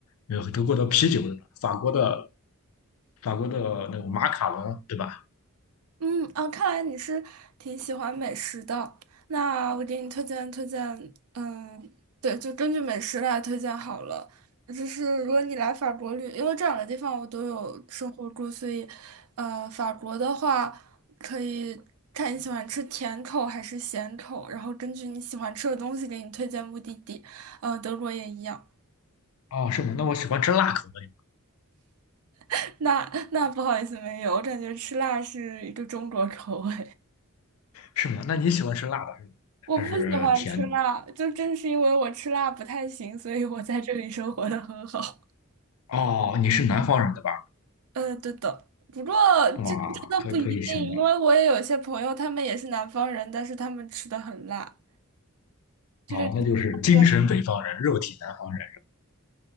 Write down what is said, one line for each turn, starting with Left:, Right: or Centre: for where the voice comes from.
Left: 因为德国的啤酒，对吧？法国的法国的那个马卡龙，对吧？
Right: 嗯嗯啊看来你是挺喜欢美食的。那我给你推荐推荐，嗯，对，就根据美食来推荐好了。就是如果你来法国旅，因为这两个地方我都有生活过，所以，呃，法国的话可以看你喜欢吃甜口还是咸口，然后根据你喜欢吃的东西给你推荐目的地。嗯，德国也一样。
Left: 哦，是吗？那我喜欢吃辣口的，
Right: <laughs> 那那不好意思，没有，我感觉吃辣是一个中国口味。
Left: 是吗？那你喜欢吃辣的
Right: 我不喜欢吃辣，
Left: 还是甜的？
Right: 就正是因为我吃辣不太行，所以我在这里生活的很好。<laughs>
Left: 哦，你是南方人对吧？
Right: 呃，对的，不过这个真的不一定，
Left: 哇，可可以想到，
Right: 因为我也有些朋友，他们也是南方人，但是他们吃的很辣。这个
Left: 哦，那就是精神北方人，
Right: 对，
Left: 肉体南方人，